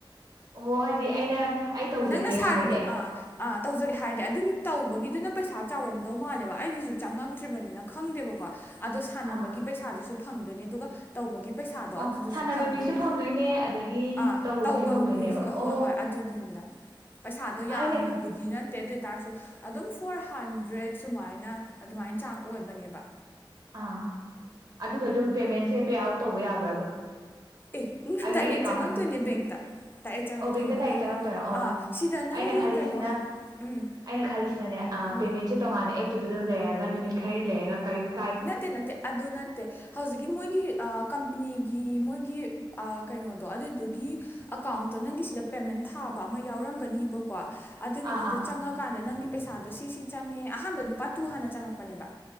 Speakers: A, on the right; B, on the left.
A: ꯑꯣ ꯑꯩꯗꯤ ꯑꯩꯅ ꯑꯩ ꯇꯧꯖꯒꯦ
B: ꯅꯪꯅ ꯁꯥꯔꯨꯕ
A: ꯍꯥꯏꯔꯗꯤ
B: ꯑꯥ ꯑꯥ ꯇꯧꯖꯒꯦ ꯍꯥꯏꯔꯗꯤ ꯑꯗꯨꯒꯤ ꯇꯧꯕꯒꯤꯗꯨꯅ ꯄꯩꯁꯥ ꯆꯥꯎꯔꯝꯗꯧ ꯃꯥꯜꯂꯦꯕ ꯑꯩꯒꯤꯁꯨ ꯆꯪꯉꯛꯇ꯭ꯔꯤꯕꯅꯤꯅ ꯈꯪꯗꯦꯕꯀꯣ ꯑꯗꯣ ꯁꯥꯟꯅꯕꯒꯤ
A: ꯑꯥ
B: ꯄꯩꯁꯥꯗꯨꯁꯨ ꯐꯪꯗꯣꯏꯅꯤ ꯑꯗꯨꯒ ꯇꯧꯕꯒꯤ ꯄꯩꯁꯥꯗꯣ
A: ꯑꯣ
B: ꯑꯗꯨꯗꯨꯁꯨ
A: ꯁꯥꯟꯅꯕ
B: ꯐꯪꯗꯣꯏꯅꯦꯕ
A: ꯃꯤꯁꯨ ꯐꯪꯗꯣꯏꯅꯦ ꯑꯗꯒꯤ
B: ꯑꯥ
A: ꯇꯧꯕ
B: ꯇꯧꯕꯒꯤꯁꯨ
A: ꯃꯤꯁꯨ ꯐꯪꯗꯣꯏꯅꯦꯕ
B: ꯍꯣꯏ
A: ꯑꯣ
B: ꯍꯣꯏ ꯑꯗꯨꯗꯨꯅꯤꯗ ꯄꯩꯁꯥꯗꯣ ꯌꯥꯝꯅꯕꯨꯗꯤ
A: ꯑꯩꯅ
B: ꯅꯠꯇꯦ ꯑꯗꯨ ꯑꯣꯏꯇꯥꯔꯁꯨ ꯑꯗꯨꯝ ꯐꯣꯔ ꯍꯟꯗ꯭ꯔꯦꯗ ꯁꯨꯃꯥꯏꯅ ꯑꯗꯨꯃꯥꯏꯅ ꯆꯥꯡ ꯑꯣꯏꯕꯅꯦꯕ
A: ꯑꯥ ꯑꯗꯨꯒ ꯑꯗꯨꯝ ꯄꯦꯃꯦꯟꯁꯦ ꯄꯦ ꯑꯥꯎꯠ ꯇꯧꯕ ꯌꯥꯕ꯭ꯔꯥꯕ
B: ꯑꯦ
A: ꯑꯩꯒꯤ
B: ꯗꯥꯏꯔꯦꯛ
A: ꯑꯦꯀꯥꯎꯟ
B: ꯆꯪꯉꯛꯇꯣꯏꯅꯦ ꯕꯦꯡꯇ ꯗꯥꯏꯔꯦꯛ ꯆꯪꯉꯛꯇꯣꯏꯅꯦꯕ
A: ꯑꯣ ꯕꯦꯡꯛꯗ ꯗꯥꯏꯔꯦꯛ ꯆꯪꯉꯛꯇꯣꯏꯔꯥ ꯑꯣ
B: ꯑꯥ ꯁꯤꯗ ꯅꯪꯒꯤ
A: ꯑꯩꯅ ꯈꯜꯂꯤꯁꯤꯅ
B: ꯀꯩꯅꯣ ꯎꯝ
A: ꯑꯩꯅ ꯈꯜꯂꯤꯁꯤꯅꯅꯦ
B: ꯎꯝ
A: ꯄꯦꯃꯦꯟꯁꯦ ꯇꯣꯉꯥꯟꯅ ꯑꯦꯞ <unintelligible> ꯂꯩꯔꯒ ꯅꯨꯃꯤꯠ ꯈꯔꯅꯤ ꯂꯩꯔꯒ ꯀꯔꯤ
B: ꯅꯠꯇꯦ ꯅꯠꯇꯦ ꯑꯗꯨ ꯅꯠꯇꯦ ꯍꯧꯖꯤꯛꯀꯤ ꯃꯣꯏꯒꯤ ꯀꯝꯄꯅꯤꯒꯤ ꯃꯣꯏꯒꯤ ꯑꯥ ꯀꯩꯅꯣꯗꯣ ꯑꯗꯨꯗꯨꯒꯤ ꯑꯦꯀꯥꯎꯟꯇꯣ ꯅꯪꯒꯤ ꯁꯤꯗ ꯄꯦꯃꯦꯟ ꯊꯥꯕ ꯑꯃ ꯌꯥꯎꯔꯝꯒꯅꯤꯕꯀꯣ ꯑꯗꯨꯒꯤꯗꯨꯗ
A: ꯑꯥ ꯑꯥ
B: ꯆꯪꯉꯀꯥꯟꯗ ꯅꯪꯒꯤ ꯄꯩꯁꯥꯗꯣ ꯁꯤ ꯁꯤ ꯆꯪꯉꯦ ꯑꯍꯥꯟꯕꯗ ꯂꯨꯄꯥ ꯇꯨ ꯍꯥꯟꯅ ꯆꯪꯉꯛꯄꯅꯦꯕ